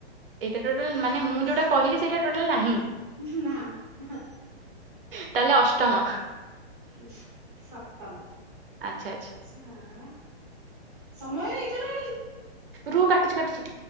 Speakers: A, on the right; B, in the centre.
A: ଏଇଟା ଟୋଟାଲ୍ ମାନେ ମୁଁ ଯୋଉଟା କହିଲି ସେଇଟା ଟୋଟାଲ୍ ନାହିଁ।
B: <unintelligible> ନାଁ <unintelligible>
A: ତାହେଲେ ଅଷ୍ଟମ
B: ହୁଁ ସପ୍ତମ।
A: ଆଚ୍ଛା ଆଚ୍ଛା।
B: ହାଁ ସମୟ ହେଇଗଲାଣି।
A: ରୁଅ କାଟୁଚି କାଟୁଚି